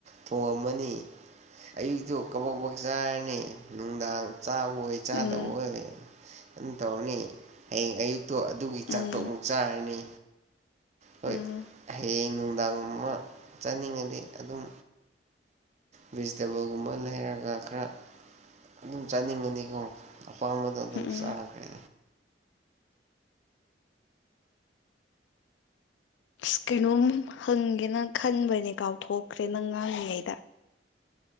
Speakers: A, on the right; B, on the left.
A: ꯊꯣꯡꯑꯝꯃꯅꯤ ꯑꯌꯨꯛꯇꯨ ꯀꯕꯛ ꯕꯛ ꯆꯥꯔꯅꯤ ꯅꯨꯡꯗꯥꯡ ꯆꯥ ꯑꯣꯏꯣꯏ ꯆꯥꯗ
B: ꯎꯝ
A: ꯑꯣꯏ ꯑꯗꯨꯝ ꯇꯧꯔꯅꯤ ꯍꯌꯦꯡ ꯑꯌꯨꯛꯇꯣ ꯑꯗꯨꯒꯤ ꯆꯥꯛꯇꯣ
B: ꯎꯝ
A: ꯑꯃꯨꯛ ꯆꯥꯔꯅꯤ ꯍꯣꯏ
B: ꯎꯝ ꯎꯝ
A: ꯍꯌꯦꯡ ꯅꯨꯡꯗꯥꯡꯒꯨꯝꯕ ꯆꯥꯅꯤꯡꯉꯗꯤ ꯑꯗꯨꯝ ꯚꯦꯖꯤꯇꯦꯕꯜꯒꯨꯝꯕ ꯂꯩꯔꯒ ꯈꯔ ꯑꯗꯨꯝ ꯆꯥꯅꯤꯡꯉꯅꯤꯀꯣ ꯑꯄꯥꯝꯕꯗꯣ ꯑꯗꯨꯝ
B: ꯎꯝ
A: ꯆꯥꯈ꯭ꯔꯦ
B: ꯑꯁ ꯀꯩꯅꯣꯝ ꯍꯪꯒꯦꯅ ꯈꯟꯕꯅꯦ ꯀꯥꯎꯊꯣꯛꯈ꯭ꯔꯦꯅ ꯉꯥꯡꯉꯤꯉꯩꯗ